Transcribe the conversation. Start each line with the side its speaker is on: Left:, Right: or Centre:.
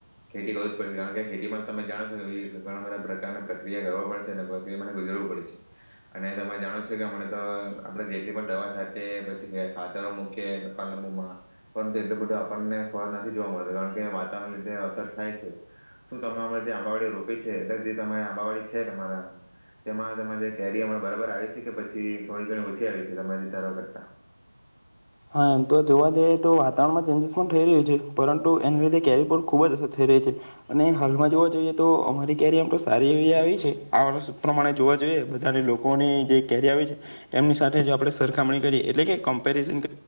Right: ખેતી કરવી જ પડેશે કારણ કે ખેતીમાં તમે જાણો છો કે ઘણા બધા પ્રકારના પ્રક્રિયા કરવા પડે છે અને પ્રક્રિયા માટે ગુજરવું પડે છે અને તરે જાણો જ છે કે હમણાં તો આપણે જેટલી પણ દવા છાંટીએ પછી ખાતરો મૂકીએ કલંબુમાં પરંતુ એટલું બધું આપણને ફર નથી જોવા મળતો કારણ કે વાતાવરણના લીધે અસર થાય છે શું તમે અમણે જે આંબાવાડી રોપી છે એટલે જે તમે આંબાવાડી છે તમારા તેમાં તમારે જે કેરી અ બરાબર આવી છે કે પછી થોડી ઘણી ઓછી ઓછી આવી છે તમારી ધારવા કરતા.
Left: હા એમ તો જોવા જઈએ તો વાતાવરણમાં ચેન્જીસ પણ થઈ રહ્યું છે પરંતુ એના લીધે કેરી પર ખૂબ જ અસર થઈ રહી છે અને હાલમાં જોવા જોઈએ તો અમારી કેરી આમ તો સારી એવી આવી છે આ વર્ષ પ્રમાણે જોવા જોઈએ બધા લોકોની જે કેરી આવી છે એમની સાથે જો આપણે સરખામણી કરીએ એટલે કે કમ્પેરિઝન